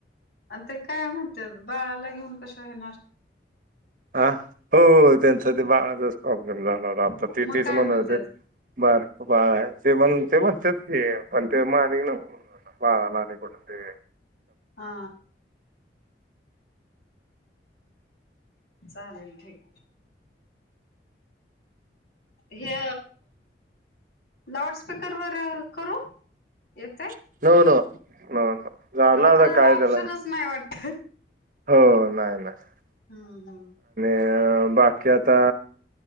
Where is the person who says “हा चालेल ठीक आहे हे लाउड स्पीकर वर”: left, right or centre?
Left